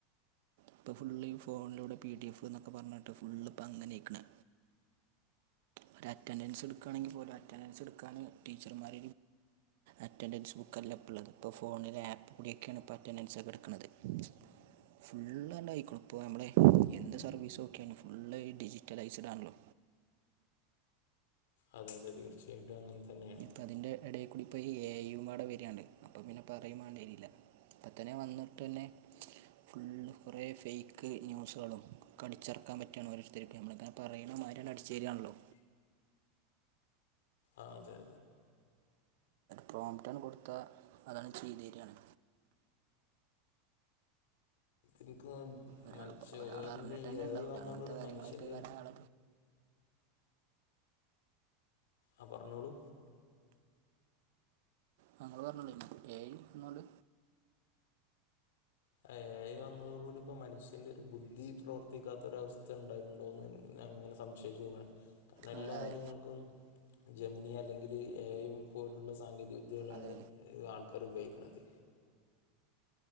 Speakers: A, on the right (about 65°); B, on the left (about 80°).
A: ഇപ്പ ഫുൾ ഫോണിലൂടെ പി ഡി എഫ് എന്നൊക്കെ പറഞ്ഞിട്ട് ഫുൾ ഇപ്പ അങ്ങനെക്കാണ് ഒരു അറ്റൻഡൻസ് എടുക്കുകയാണെങ്കിൽ പോലും അറ്റൻഡൻസ് എടുക്കാൻ ടീച്ചർമാർ അറ്റൻഡൻസ് ബുക്കല്ല പ്പള്ളത് ഇപ്പ ഫോണിലെ ആപ്പ് കൂടിയൊക്കെയാണ് ഇപ്പ അറ്റൻഡൻസ് ഒക്കെ എടുക്ക്‌ണത് <unintelligible> ഇപ്പ നമ്മളെ എന്ത് സർവീസക്കെ ഫുൾ ഈ ഡിജിറ്റലൈസ്ഡ് ആണല്ലോ
B: അത അതെ തീർച്ചയായിട്ടും അങ്ങൻ തന്നെ
A: ഇപ്പ അതിൻ്റെ ഇടയിക്കൂടി ഇപ്പോ ഈ എ ഐ യും പാടെ വരാണ് അപ്പം പിന്നെ പറയും മാണ്ടി വര്ല്ല ഇതന്നെ വന്ന്ട്ടന്നെ ഫുള്ള് കുറെ ഫെയ്ക്ക് ന്യൂസുകളും ഒക്കെ അടിച്ചർക്കാൻ പറ്റാണ് ഓരോര്ത്തര്ക്ക്‌ നമ്മളെ ക പറിണ മാരി ആണ്ട് അടിച്ചരാണല്ലോ
B: ആ അതെ
A: പ്രൊമ്റ്റാണ്ട് കൊട്ത്ത അതാണ് ചെയ്തേരാണ്
B: ഇൻക്കു <unintelligible>
A: ഒരാൾ
B: മനുശ്യോന്റെ
A: ഒരാൾ അറിഞ്ഞിട്ട് തന്നെ
B: ഏ
A: ഉണ്ടാവില്ല
B: ഐ വന്നോണ്ടൂള്ള
A: അങ്ങനത്തെ കാര്യങ്ങളൊക്കെ
B: മനുഷ്യന്റെ
A: കാരണം അയാൾ
B: ആ പറഞ്ഞോളൂ
A: ആ ഇങ്ങള് പർഞ്ഞോളി ഏ ഐ വന്നോണ്ട്
B: എ ഐ വന്നതോട് കൂടി ഇപ്പം മനുഷ്യന്റെ ഒരു ബുദ്ധി പ്രവർത്തിക്കാത്ത ഒരവസ്ഥ ഇണ്ടായിണ്ടോന്ന് ഞാൻങ്ങനെ സംശയിച്ചു പോവാണ് കാരണം
A: അതെ
B: എല്ലാ
A: അതെ
B: കാര്യങ്ങൾക്കും ജമിനിയ അല്ലെങ്കില് ഏ ഐ പോലുള്ള സാങ്കേതിക വിദ്യകളാണ്
A: അതെ
B: ആൾക്കാര് ഉപയോഗിക്ക്‌ണത്